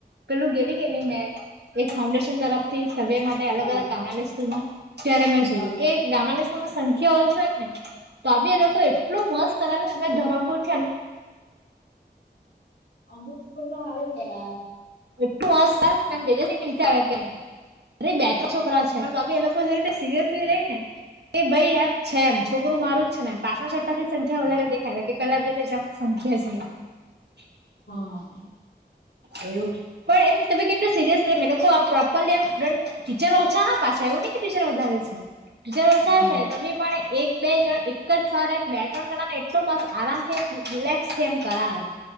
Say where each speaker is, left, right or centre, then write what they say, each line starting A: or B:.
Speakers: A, on the right (about 75°); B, on the left (about 85°).
A: પેલુ ગેલી કે નહી. મેં એક ફાઉન્ડેશન તરફ થી સભ્ય માટે અલગ
B: હા
A: અલગ ગામડાની સ્કૂલમાં જય્યારે, મેં
B: હા
A: જોયું કે ગામની માં સંખ્યા ઓય છે, હોય ને તો આ બી એ લોકો એટલોું મસ્ત કરાવ અમે ધરમપુરથી.
B: અમુક સ્કૂલમા સારુ, કરા
A: મસ્કાર નમ જજ, કે વિચાર કે અરે બે ત્ર છોકરા છે. પણમેી એ લોકો જે રીતે સિરિયસલી લઈ ને કે ભાઈ એમ છે, એમ છોકરો માર જ છેને, પાં છ્ટા થી સંખ્યા વધારે દેખાય કે પેલા બધ સંખ્યા છે.
B: હમ
A: એવું પણ એમ, તમે કેટલું સિરિયસ એ લોકો પ્રોપરલી એમ સ્ટુડન્ટ ટીચર ઓછા પાછળ એવ ટીચર વધારે છે, ટીચર ઓછા
B: હા
A: છે, તમે પણ એક બે જણ એક જ સર એમ બે ત્રણ જણા ને એટલું બસ આરામથી, એમ રિલેક્સથી એમ કરાવે